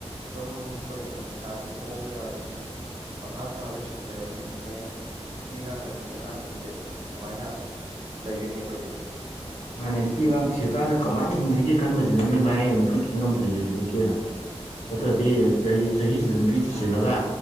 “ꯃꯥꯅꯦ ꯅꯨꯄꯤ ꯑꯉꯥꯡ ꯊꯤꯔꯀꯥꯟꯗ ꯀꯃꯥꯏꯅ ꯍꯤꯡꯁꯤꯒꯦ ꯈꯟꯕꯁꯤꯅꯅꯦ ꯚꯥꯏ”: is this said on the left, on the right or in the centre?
Left